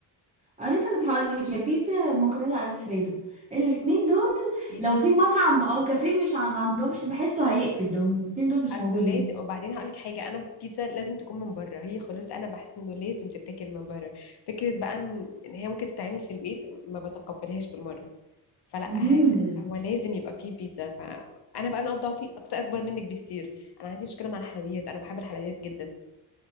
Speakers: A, on the right; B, on the left.
A: اه لسه كنت هقولك يا بيتزا مكرونه الفريدو الاتنين دول
B: بيتزا
A: لو في مطعم او كافيه مش ع- ما عندهمش بحسه هيقفل لو الاتنين دول مش
B: اصله
A: موجودين
B: لازم وبعدين هقول لك حاجه انا البيتزا لازم تكون من بره هي خلاص انا بحس انه لازم تتاكل من بره فكره بقى ان إن هي ممكن تتعمل في البيت ما بتقبلهاش بالمره فلا
A: امم
B: هي هو لازم يبقى فيه بيتزا فانا بقى نقط ضعفي اكتر اكبر منك بكتير انا عندي مشكله مع الحلويات انا بحب الحلويات جدا